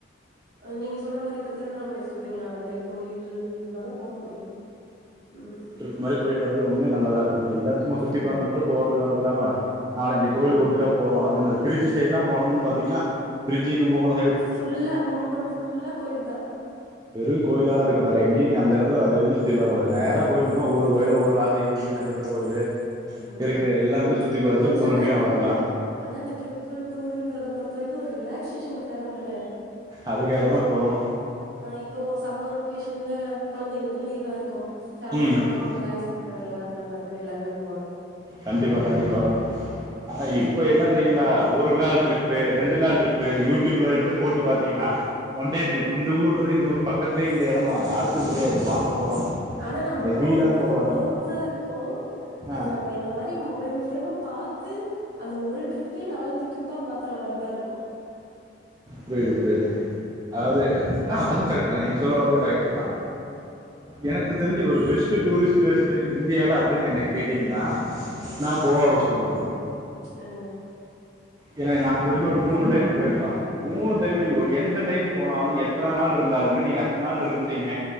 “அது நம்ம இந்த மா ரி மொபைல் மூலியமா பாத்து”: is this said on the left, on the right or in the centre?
Right